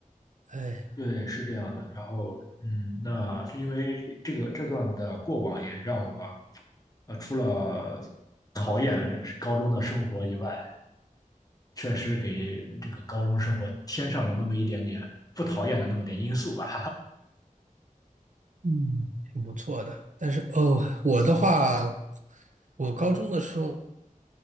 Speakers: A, on the right (about 65°); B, on the left (about 25°).
A: 哎，
B: 对，是这样的。然后，嗯，那是因为这个这段的过往也让我，呃，除了讨厌高中的生活以外，确实给这个高中生活添上了那么一点点不讨厌的那么点因素吧。
A: 嗯，挺不错的。但是哦，我的话，我高中的时候。